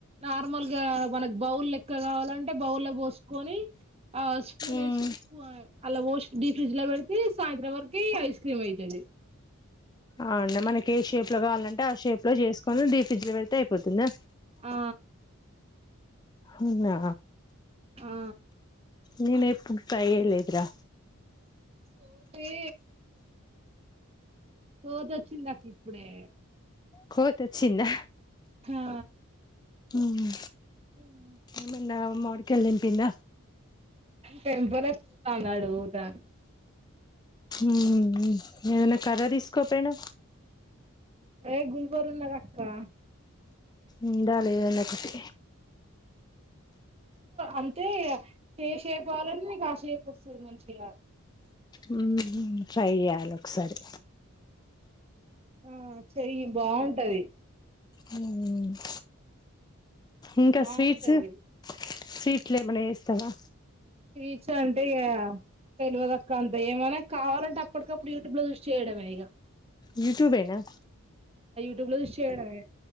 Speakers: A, on the right; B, on the left.
A: నార్మల్ గా మనకు బౌల్ లెక్క కావాలంటే బౌల్ లో పోసుకొని ఆ స్పూన్
B: మ్మ్
A: వేసుక అలా వాష్ డీ ఫ్రిడ్జ్ లో పెడితే సాయంత్రం వరకి ఐస్ క్రీమ్ అవుతుంది
B: అవు ఉండి మన ఏ షేప్ లో కావాలంటే ఆ షేప్ ట్ లో చేసుకొని డీ ఫ్రిడ్జ్లో పెడ్తే అయిపోతుందా
A: ఆ
B: ఉనా
A: ఆ
B: నేను ఎప్పుకాయేలేదురా
A: ఊపే సోదొచ్చిందక ఇప్పుడే
B: కోతొచ్చిందా
A: ఆ
B: మ్మ్
A: మ్మ్
B: మిన్నా మావిడికాల్ తెంపింద
A: టెంపలే పూతాన్నాడుతాన్
B: మ్మ్ ఏదనా కర్ర తీసుకోపొయినా
A: ఏ గుల్బరున్నదక్క
B: ఉందా లేదా నకుటి
A: అంతే ఇగ ఏ షేపు గావాలంటే నీకు ఆ షేపు వస్తుది మంచిగా
B: మ్మ్ ట్రై జైయాలి ఒకసారి
A: ఆ చెయ్యి బాగుంటది
B: మ్మ్ ఇంకా
A: బాగుంటది
B: స్వీట్స్ సీట్లేమన జేస్తావా
A: ఫీచ్ అంటే ఇగ తెలువదక్క అంత ఏమనా కావాలంటే అప్పటికప్పుడు యూట్యూబ్ లో చూసి చేయడమే ఇగ
B: యూట్యూబేనా
A: ట్యూబ్ లో జూస్ చేయడమే